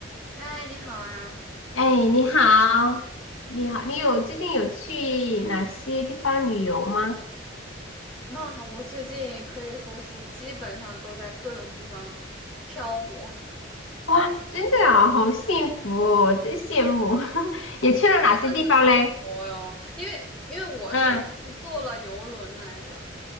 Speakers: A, in the centre; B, on the left.
A: 嗨，你好啊！
B: 哎，你好，你好，你有最近有去哪些地方旅游吗？
A: 啊，我最近可以说是基本上都在各种地方漂泊，
B: 哇，真的啊，好幸福哦，真羡慕。<laughs> 也去了哪些地方嘞？
A: 啊，真的是漂泊哟。因为因为我首先是坐了游轮来着，
B: 嗯，